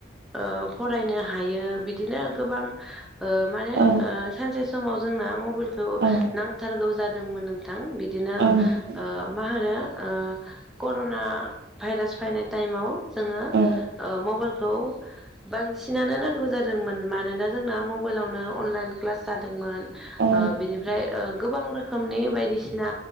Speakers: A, in the centre; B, on the right.
A: ओ फरायनो हायो बिदिनो गोबां ओ माने ओ
B: औ
A: सानसे समाव जोंना मबाइलखौ
B: औ
A: नांथारगौ जादोंमोन नोंथां बिदिनो- ओ
B: औ नंगौ
A: मा होनो ओ कर'ना भाइरास फायनाय टाइमाव जोङो ओ
B: औ
A: मबाइलखौ बांसिनानो नांगौ जादोंमोन मानोना जोंना मबाइलावनो अनलाइन क्लास जादोंमोन।
B: औ नंगौ औ
A: ओ बिनिफ्राय ओ गोबां रोखोमनि बायदिसिना